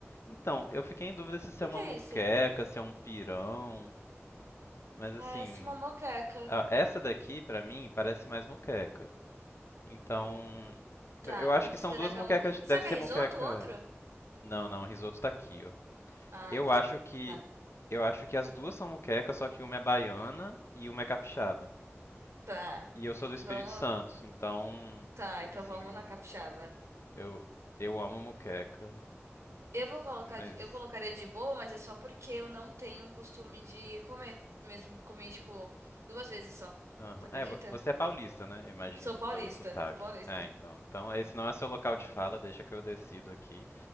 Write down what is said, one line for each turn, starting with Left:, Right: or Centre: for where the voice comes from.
Left: Então, eu fiquei em dúvida se isso
Right: O que
Left: é uma
Right: que é
Left: muqueca,
Right: isso?
Left: se é um pirão, mas
Right: Parece
Left: assim,
Right: uma moqueca.
Left: ah, essa daqui pra mim parece mais muqueca. Então,
Right: Tá,
Left: eu eu
Right: vamos
Left: acho que
Right: considerar
Left: são duas
Right: que
Left: moquecas.
Right: é uma moqueca.
Left: Deve
Right: Será que
Left: ser
Right: é risoto
Left: moqueca.
Right: outro?
Left: Não, não, o risoto tá aqui, ó.
Right: Ah,
Left: Eu
Right: tá.
Left: acho que
Right: Tá.
Left: eu acho que as duas são moquecas, só que uma é baiana e uma é capixaba.
Right: Tá.
Left: E eu sou do Espírito
Right: Vamos.
Left: Santo, então,
Right: Tá, então
Left: assim,
Right: vamos na capixaba.
Left: eu eu amo moqueca,
Right: Eu vou colocar,
Left: mas
Right: de- eu colocaria de boa, mas é só porque eu não tenho o costume de comer. Mesmo comi, tipo, duas vezes só.
Left: Aham.
Right: Tu acredita?
Left: É, vo- você é paulista, né? Eu imagino,
Right: Sou paulista,
Left: pelo sotaque.
Right: sou paulista.
Left: É, então. Então, esse não é seu local de fala, deixa que eu decido aqui.